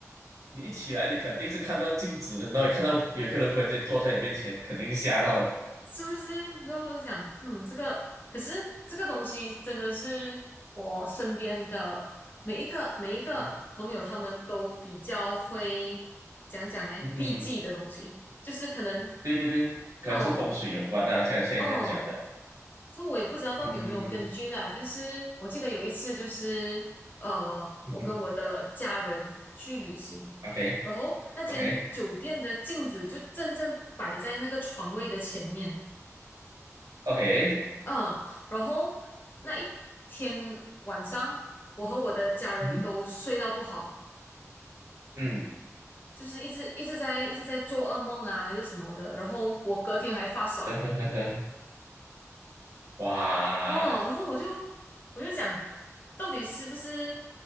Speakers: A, on the right; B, on the left.
A: 你一起来，你肯定是看到镜子，然后你看到有一个人忽然间坐在你面前，肯定是吓到了。
B: 是不是？就我就想，嗯，这个可是这个东西真的是我身边的每一个每一个朋友，
A: 嗯哼，
B: 他们都比较会讲讲诶，
A: 嗯哼
B: 避忌的东西，就是可能
A: 对对对，可能是风水有关呐、
B: 哦
A: 像像你这样讲的。
B: 哦，就我也不知道到底有没有根据啦。
A: 嗯
B: 但是我记得有一次就是呃，
A: 嗯哼
B: 我跟我的家人去旅行，
A: ，OK
B: 然后那间酒店的镜子就正正摆在那个床位的前面。
A: OK OK，
B: 嗯，然后那一天晚上，我和我的家人都睡到不好，
A: 嗯哼嗯，
B: 就是一直一直在一直在做噩梦啊，还是什么的。然后我隔天还发烧，
A: <laughs> 哇，
B: 哦，然后我就我就讲，到底是不是